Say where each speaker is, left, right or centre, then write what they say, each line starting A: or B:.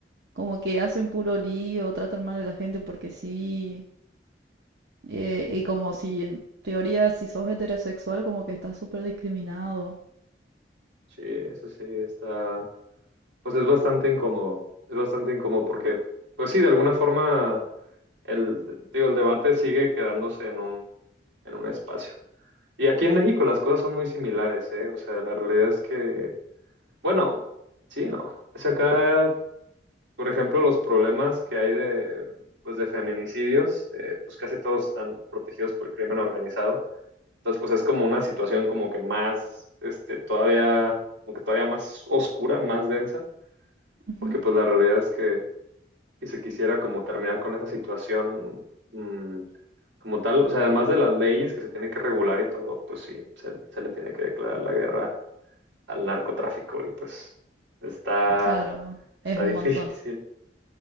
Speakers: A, on the right (about 65°); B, on the right (about 85°).
A: como que hacen puro lío, tratan mal a la gente porque sí. Eh, y como si en teoría si sos heterosexual como que estás súper discriminado.
B: sí, eso sí, está. Pues es bastante incómodo. Es bastante incómodo porque, pues sí, de alguna forma, el, digo, el debate sigue quedándose en un, en un espacio. Y aquí en México las cosas son muy similares, ¿eh? O sea, la realidad es que Bueno, sí, no. Es acá, por ejemplo, los problemas que hay de, pues, de feminicidios, eh, pues casi todos están protegidos por el crimen organizado. Entonces, pues es como una situación como que más, este, todavía, como que todavía más oscura, más densa,
A: Ujú,
B: porque pues la realidad es que si se quisiera como terminar con esa situación, mm, como tal, o sea, además de las leyes que se tiene que regular y todo, pues sí, se, se le tiene que declarar la guerra al narcotráfico y pues está,
A: Claro,
B: está
A: es un
B: difícil.
A: montón.
B: <laughs>